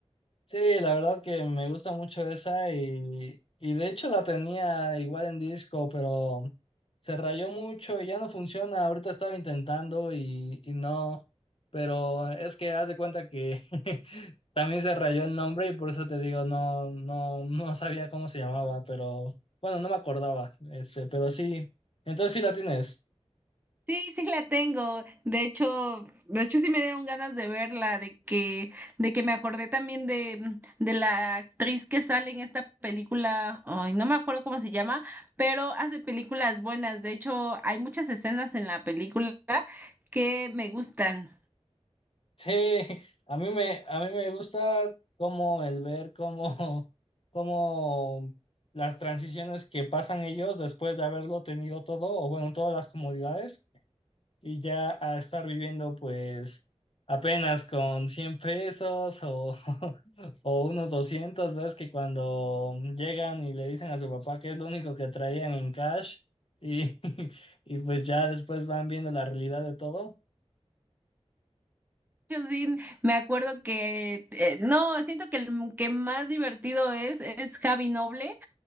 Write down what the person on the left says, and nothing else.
Sí, la verdad que me gusta mucho esa y, y de hecho la tenía igual en disco, pero se rayó mucho y ya no funciona. Ahorita estaba intentando y, y no, pero es que haz de cuenta que <laughs> también se rayó el nombre y por eso te digo, no, no, no sabía cómo se llamaba, pero bueno, no me acordaba, este, pero sí, entonces sí la tienes.
Sí, <laughs> a mí me, a mí me gusta como el ver cómo, <laughs> cómo las transiciones que pasan ellos después de haberlo tenido todo, o bueno, todas las comodidades, y ya a estar viviendo pues apenas con 100 pesos o, <laughs> o unos doscientos ves que cuando llegan y le dicen a su papá que es lo único que traían en cash, y, <laughs> y pues ya después van viendo la realidad de todo.